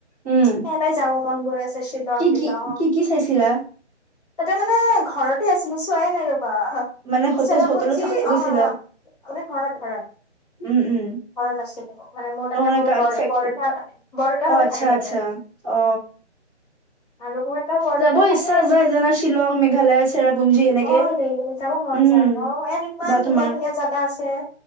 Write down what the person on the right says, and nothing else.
উম,
কি
কি কি কি চাইছিলা?
মানে হোটেল
হোটেলত
থাকাকে গৈছিলা?
উম, উম,
অ',
কাক
ফেক
অ',
আচ্ছা
আচ্ছা অ
যাব
ইচ্ছা যায় জানা শ্বিলং মেঘালয়- চেৰাপুঞ্জী এনেকে
উম,
বা তোমাৰ